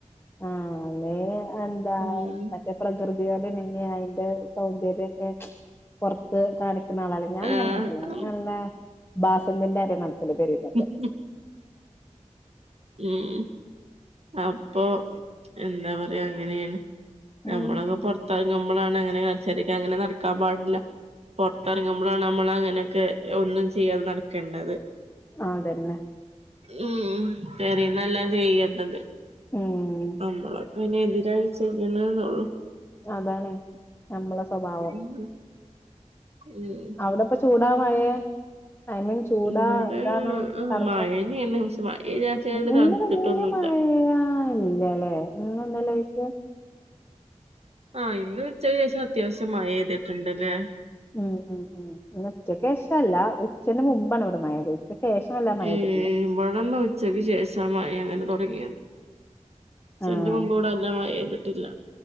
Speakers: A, on the left; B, on the right.
A: ആഹ ന്നെ എന്താ
B: ഉം
A: പ്രകൃതിയോട് ഇണങ്ങി അയിന്റെ സൗന്ദര്യൊക്കെ പുറത്ത് കാണിക്കുന്ന ആളല്ല ഞാൻ
B: ആഹ്
A: പിന്നെങ്ങനെ ന
B: അതാണ്
A: നല്ല ബാസന്തിൻറെ ആര് നടത്തില്ല പെരയുന്നക്കെ
B: ഉ <unintelligible> ഉം അപ്പൊ എന്താ പറയാ അങ്ങനെയാണ് നമ്മളക്കെ
A: ഉം
B: പുറത്തറങ്ങുമ്പോൾ നമ്മളാണ് അങ്ങനെ <unintelligible> അങ്ങനെ നടക്കാൻ പാടില്ല പുറത്തിറങ്ങുമ്പോഴാണ് നമ്മൾ അങ്ങനെയൊക്കെ ഒന്നും ചെയ്യാതെ നടക്കേണ്ടത്
A: ആതന്നെ
B: ഉം പെരീന്ന എല്ലാം ചെയ്യണ്ടത്
A: ഉം
B: നമ്മളൊക്കെ അയിന് എതിരായി ചെയ്യണ എന്നള്ളു
A: അതാണ് നമ്മള സ്വഭാവം
B: ഉം ഉം
A: അവിടെപ്പ ചൂടാ മഴയ ഐ മീൻ ചൂടാ
B: ഇവിടെ
A: ഇതാണോ തണുപ്പ
B: മഴന്നെയാണ് പക്ഷെ മഴ വിചാരിച്ചാണ്ട്
A: എ
B: തണുത്തിട്ടൊന്നുല്ല
A: വലിയ മഴയാ ഇല്ലല്ലേ ഇന്നും ഇന്നലെയൊക്കെ
B: ആഹ ഇന്ന് ഉച്ചക്ക്‌ ശേഷം അത്യാവശ്യം മഴപെയ്തിട്ടുണ്ടല്ലേ
A: ഉം ഉ ഉ ഉച്ചക്ക് ശേഷല്ല ഉച്ചന്റെ മുമ്പാണ് ഇവിടെ മഴ പെയ്തു ഉചക്കു ശേഷം വല്ലാ മഴ
B: ഉം
A: പെയ്തിട്ടില്ല
B: ഇവിടെന്ന് ഉച്ചക്ക് ശേഷ മഴ അങ്ങനെ തുടങ്ങിയത് ഉച്ചക്ക്
A: ആഹ്
B: മുമ്പ് ഇവിടെ നല്ല മഴ പെയ്തിട്ടില്ല